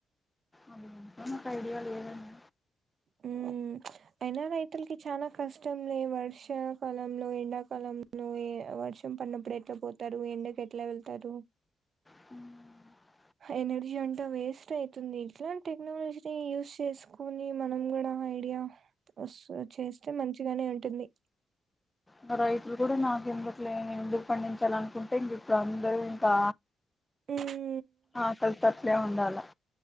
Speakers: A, on the left; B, on the right.
A: అది అంతా నాకు ఐడియా లేదండి
B: ఉమ్ అయినా రైతుల్కి చానా కష్టం లే వర్షాకాలంలో ఎండాకాలంలో వర్ష ర్షం పడినప్పుడు ఎట్లా పోతారు ఎండకు ఎట్లా వెళ్తారు
A: ఉమ్
B: ఎనర్జీ అంట వేస్ స్ట్ అవుతుంది ఇట్లా టెక్నాలజీని యూజ్ చేసుకొని మనం కూడా ఐడియా వస్ చేస్తే మంచిగానే ఉంటుంది
A: మ వాళ్ళు కూడా నాకు ఎందుకు లే ఎందుకు పండించాల అనుకుంటే ఇంక ఇప్పుడు అందరు ఇంకా
B: ఉమ్
A: ఆకలితో అట్లే ఉండాల